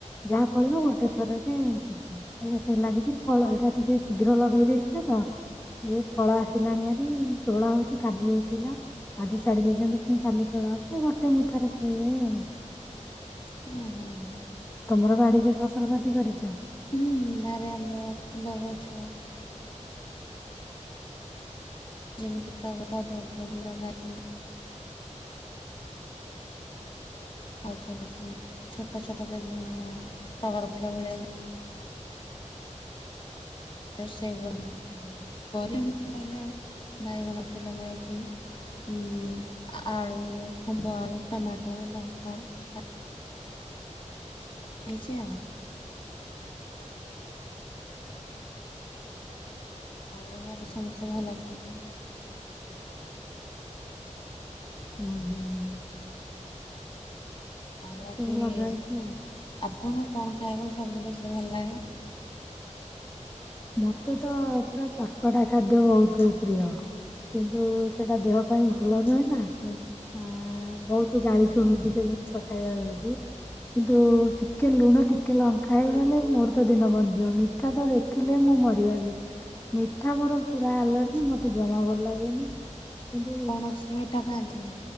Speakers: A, on the left; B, on the left.
A: ଯାହା ଫଳିବ ଗୋଟେ ଥରକ ଶେଷ ଏଇଟା ସେ ଲାଗିଛି ଫଳ ଏଇଟା ଟିକେ ଶୀଘ୍ର ଲଗେଇ ଦେଇଥିଲା। ହ। ଏଇ ଫଳ ଆସିଲାଣି ଆରେ ତୋଳା ହଉଛି କାଲି ହେଇଥିଲା ଆଜି ଛାଡି ଦେଇଛନ୍ତି ପୁଣି କାଲି ତୋଳା ଗୋଟେ ମୁଥରେ ପଳିଯାଏ ଆଉ।
B: ହୁଁ ହୁଁ।
A: ତୁମର ବାଡ଼ିରେ ଫସଲପତି କରିଛ?
B: ହୁଁ ବାରେ ଆମର ଫୁଲ ଗଛ ଯେମିତି ଟ ପଦ ଉପଲବ୍ଧି ଲଗାଛି। ଆଉ ଛୋଟ ଛି ଛୋଟ ଛୋଟ ଯ ଟଗର ଫୁଲ ଭଳିଆ ଯାଏ ସେ ପର ଭିତରେ ପାଇହଲେ ବାଇଗଣ ଗଛ ଲଗା ହୋଇଛି। ଉଁ ଆଳୁ, କମ୍ବ ଆଳୁ, ଟମାଟୋ, ଲଙ୍କ, ସା <unintelligible> ଆଉ। ଆଉ ଘରେ ସମସ୍ତେ ଭଲ ଅଛନ୍ତି?
A: ହୁଁ ହୁଁ।
B: ଆଉ
A: ଏଇ
B: ଆଜି
A: ସବୁ ଲଗା
B: ଆ
A: ହେଇଛି
B: ପ୍
A: ଆଉ
B: ଆପଣଙ୍କୁ କଣ ଖାଇବାକୁଲେ ସବୁଠୁ ବେଶୀ ଭଲ ଲାଗେ?
A: ମତେ ତ ପୁରା ଚଟପଟା ଖାଦ୍ୟ ବହୁତ ପ୍ରିୟ। କିନ୍ତୁ ସେଇଟା ଦେହ ପାଇଁ ଭଲ ନୁହେଁ। ନା
B: ହୁଁ
A: ଆ ବହୁତ ଗାଳି ଶୁଣୁଛି
B: ହୁଁ
A: ସେ ଜିନିଷ ଖାଇବା ବେଳକୁ। କିନ୍ତୁ ଟିକିଏ ଲୁଣ ଟିକିଏ ଲଙ୍କା ହେଇଗଲେ ମୋର ତ ଦିନ ବନିଯିବ ମିଠା ତ ଦେଖ ଖିଲେ ମୁଁ ମରିଗଲି ମିଠା ମୋର ପୁରା ଆଲର୍ଜି ମୋତେ ଜମା ଭଲ ଲାଗେନି। କିନ୍ତୁ
B: କୌଣସି ମିଠା ଖାଆନ୍ତିନି